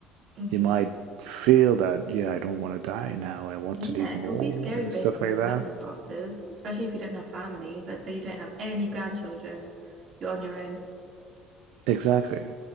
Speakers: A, on the right (about 50°); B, on the right (about 80°).
A: hmm
B: you might feel that, yeah, I don't want to die now. I want
A: Yeah,
B: to live more
A: it will be scary
B: and
A: based
B: stuff
A: on
B: like
A: your circumstances,
B: that.
A: especially if you don't have family. Let's say you don't have any grandchildren, you're on your own.
B: Exactly.